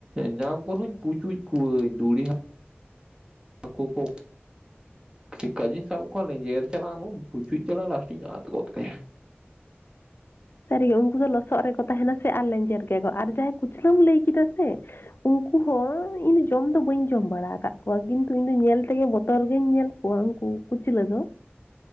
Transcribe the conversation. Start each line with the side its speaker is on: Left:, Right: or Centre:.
Right: ᱧᱟᱢ ᱠᱩ ᱨᱮᱦᱩᱧ ᱯᱩᱪᱩᱡ ᱠᱚᱣᱟᱹᱧ ᱫᱩᱬᱤ ᱦᱟᱠᱼᱼ ᱦᱟᱠᱩ ᱠᱚ᱾ ᱪᱮᱠᱟ ᱡᱩᱧ ᱥᱟᱵ ᱠᱚᱣᱟ ᱞᱮᱸᱡᱮᱨ ᱪᱟᱞᱟᱜ-ᱟ ᱠᱚ ᱯᱩᱡᱩᱡ ᱪᱟᱞᱟᱜ-ᱟ ᱞᱟᱥᱴᱤᱧ ᱟᱲᱟᱜ ᱜᱚᱫ ᱠᱟᱭᱟ᱾
Left: ᱥᱟᱹᱨᱤ ᱜᱮ ᱩᱱᱠᱩ ᱫᱚ ᱞᱚᱥᱚᱫ ᱨᱮᱠᱚ ᱛᱟᱦᱮᱱᱟ ᱥᱮ ᱟᱨ ᱞᱮᱧᱡᱮᱨ ᱜᱮᱭᱟ ᱠᱚ ᱟᱨ ᱡᱟᱦᱟᱸᱭ ᱠᱩᱪᱞᱟᱹᱢ ᱞᱟᱹᱭ ᱠᱮᱫᱟ ᱥᱮᱼᱼ ᱩᱱᱠᱩ ᱦᱚᱸ ᱤᱧ ᱫᱚ ᱡᱚᱢ ᱫᱚ ᱵᱟᱹᱧ ᱡᱚᱢ ᱵᱟᱲᱟ ᱟᱠᱟᱜ ᱠᱚᱣᱟ ᱠᱤᱱᱛᱩ ᱤᱧ ᱫᱚ ᱧᱮᱞ ᱛᱮᱜᱮ ᱵᱚᱛᱚᱨ ᱜᱮᱧ ᱧᱮᱞ ᱼᱼ ᱠᱚᱣᱟ ᱩᱱᱠᱩ ᱠᱩᱪᱞᱟᱹ ᱫᱚ᱾